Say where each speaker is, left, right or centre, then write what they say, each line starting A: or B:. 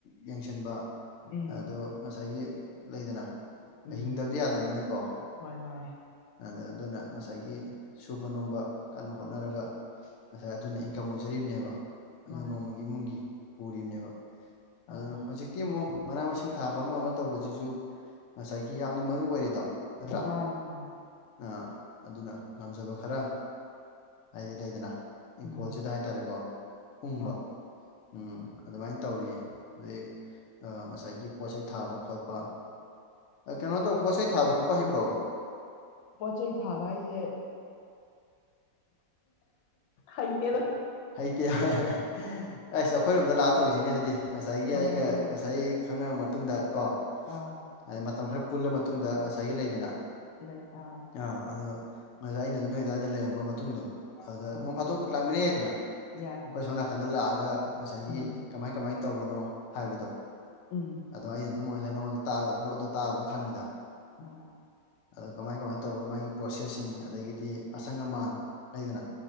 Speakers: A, on the left; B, on the left.
A: ꯌꯦꯡꯁꯤꯟꯕ
B: ꯎꯝ
A: ꯑꯗꯣ ꯉꯁꯥꯏꯒꯤ ꯂꯩꯗꯅ
B: ꯎꯝ
A: ꯍꯤꯡꯗꯕꯗꯤ ꯌꯥꯗꯕꯅꯤꯅꯀꯣ
B: ꯍꯣꯏ ꯃꯥꯅꯦ
A: ꯑꯗ ꯑꯗꯨꯅ ꯉꯁꯥꯏꯒꯤ ꯁꯨꯕ ꯅꯣꯝꯕ ꯀꯟꯅ ꯍꯣꯠꯅꯔꯒ ꯉꯁꯥꯏ ꯑꯗꯨꯅ ꯏꯟꯀꯝ ꯑꯣꯏꯖꯔꯤꯕꯅꯦꯕ
B: ꯃꯥꯅꯦ
A: ꯑꯗꯨꯣꯡꯃꯨꯡꯒꯤ ꯄꯨꯅꯦꯕ
B: ꯃꯥꯅꯦ
A: ꯑꯗꯨ ꯍꯧ ꯇꯤ ꯑꯃꯣ ꯃꯅꯥ ꯃꯁꯤꯡ ꯊꯥꯕ ꯑꯃ ꯑꯃ ꯇꯧꯕꯁꯤꯁꯨ ꯉꯁꯥꯏꯒꯤ ꯌꯥꯝꯅ ꯃꯔꯨ ꯑꯣꯏꯔꯦꯗꯣ ꯅꯠꯇ꯭ꯔꯥ
B: <unintelligible>
A: ꯑꯥ ꯑꯗꯨꯅ ꯉꯝꯖꯕ ꯈꯔ ꯍꯥꯏꯗꯤ ꯂꯩꯗꯅ
B: ꯎꯝ
A: ꯏꯪꯈꯣꯜꯁꯤꯗ ꯍꯥꯏꯇꯥꯔꯦꯀꯣ ꯄꯨꯡꯕ
B: ꯍꯣꯏ
A: ꯎꯝ ꯑꯗꯨꯃꯥꯏꯅ ꯇꯧꯔꯤꯌꯦ ꯑꯗꯩ ꯑ ꯉꯁꯥꯏꯒꯤ ꯄꯣꯠꯆꯩ ꯊꯥꯕ ꯈꯣꯠꯄ ꯀꯩꯅꯣ ꯇꯧꯕ ꯄꯣꯠꯆꯩ ꯊꯥꯕ ꯈꯣꯠꯄ ꯍꯩꯕ꯭ꯔꯣ
B: ꯄꯣꯠ ꯆꯩꯩ ꯊꯥꯕ ꯍꯥꯏꯁꯦ ꯍꯩꯇꯦꯗ
A: ꯍꯩꯇꯦ ꯑꯁ ꯑꯩꯈꯣꯏꯔꯣꯝꯗ ꯂꯥꯛꯑ ꯇꯧꯁꯤꯅꯦ ꯑꯗꯨꯗꯤ ꯉꯁꯥꯏꯒꯤ
B: ꯇꯧꯁꯦ
A: ꯑꯩꯒ
B: ꯇꯧꯁꯦ
A: ꯉꯁꯥꯏ ꯈꯪꯔꯕ ꯃꯇꯨꯡꯗ ꯀꯣ
B: ꯑꯥ
A: ꯑꯗꯩ ꯃꯇꯝ ꯈꯔ ꯄꯨꯜꯂ ꯃꯇꯨꯡꯗ ꯉꯁꯥꯏꯒꯤ ꯂꯩꯗꯅ
B: ꯂꯩ ꯑꯥ
A: ꯑꯥ ꯑꯗꯣ ꯉꯁꯥꯏ ꯑꯩꯅ ꯑꯗꯨ ꯅꯣꯏ ꯑꯗꯨꯋꯥꯏꯗ ꯂꯩꯔꯝꯃ ꯃꯇꯨꯡꯗꯣ ꯑꯗꯨꯗ
B: ꯑꯥ
A: ꯅꯣꯡ ꯐꯥꯠꯇꯣꯛ ꯂꯥꯛꯃꯤꯟꯅꯩ ꯌꯥꯏꯗꯅ
B: ꯌꯥꯏ
A: ꯑꯩꯈꯣꯏ
B: ꯌꯥꯏ
A: ꯁꯣꯝ ꯅꯥꯀꯟꯗ ꯂꯥꯛꯑꯒ ꯉꯁꯥꯏꯒꯤ
B: ꯎꯝ
A: ꯀꯃꯥꯏ ꯀꯃꯥꯏ ꯇꯧꯕꯅꯣ ꯍꯥꯏꯕꯗꯣ
B: ꯎꯝ
A: ꯑꯗ ꯑꯩꯅ ꯑꯗꯨꯝ ꯉꯁꯥꯏ ꯅꯉꯣꯟꯗ ꯇꯥꯛꯒ ꯑꯗꯨ ꯕꯣꯠꯇꯣ ꯇꯥꯛꯑ ꯑꯗꯨꯝ ꯈꯪꯉꯤꯗ
B: ꯃꯥ
A: ꯑꯗꯣ ꯀꯃꯥꯏ ꯀꯃꯥꯏꯅ ꯇꯧꯕꯅꯣ ꯃꯥꯒꯤ ꯄ꯭ꯔꯣꯁꯦꯁꯁꯤꯡ ꯑꯗꯒꯤꯗꯤ ꯑꯁꯪ ꯑꯃꯥꯟ ꯂꯩꯗꯅ